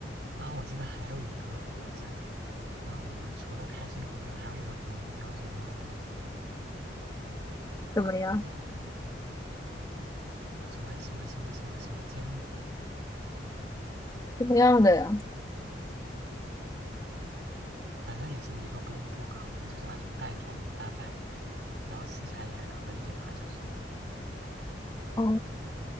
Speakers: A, on the right (about 80°); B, on the left (about 20°).
A: 然后我记得还有一个果子，嗯、除了开心果以外，还有一个果子叫什么？
B: 怎么样？
A: 嗯、叫什么什么什么什么什么坚果，
B: 是这样的呀。
A: 反正也是一个不用剥壳的，就是那种袋装一大袋，然后吃起来也还可以吧，就是。
B: 哦，